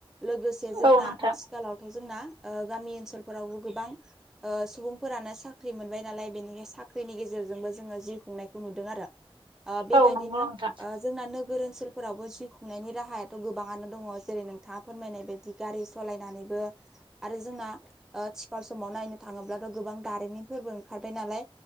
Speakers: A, in the centre; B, on the right.
A: लोगोसे जोंना
B: औ नोंथां
A: आथिखालावथ जोंना ओ गामि ओनसोलफोरावबो गोबां ओ सुबुंफोरानो साख्रि मोनबाय नालाय बेनिखाय साख्रिनि गेजेरजोंबो जोंङो जिउ खुंनायखौ नुदों आरो। ओ बेबायदिनो
B: औ नोंगौ नोंथा ।
A: ओ जोंना नोगोर ओनसोलफोरावबो जिउ खुंनायनि राहायाथ' गोबाङानो दङ जेरै नोंथाङा फोरमायनाय बायदि गारि स'लायनानैबो आरो जोंना ओ थिख सिखाल समाव नायनो थाङोब्लाथ गोबां दारिमिनफोरबो ओंखारबाय नालाय